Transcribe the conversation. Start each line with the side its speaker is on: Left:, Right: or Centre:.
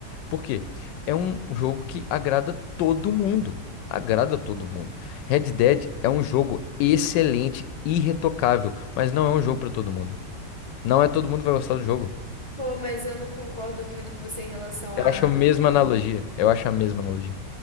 Left: Por quê? É um jogo que agrada todo mundo. Agrada todo mundo. Red Dead é um jogo excelente, irretocável, mas não é um jogo para todo mundo. Não é todo mundo que vai gostar do jogo.
Right: Pô, mas eu não concordo muito com você em relação
Left: Eu
Right: a,
Left: acho a mesma
Right: ao.
Left: analogia. Eu acho a mesma analogia.